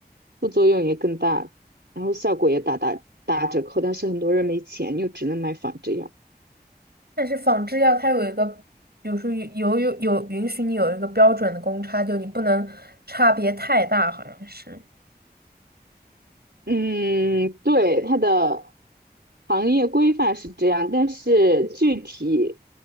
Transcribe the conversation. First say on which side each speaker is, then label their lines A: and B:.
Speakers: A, on the right; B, on the right.
A: 副作用也更大，然后效果也打打打折扣，但是很多人没钱，又只能买仿制药。
B: 但是仿制药它有一个，比如说有有有允许你有一个标准的公差，就你不能差别太大，好像是
A: 嗯，对，它的行业规范是这样，但是具体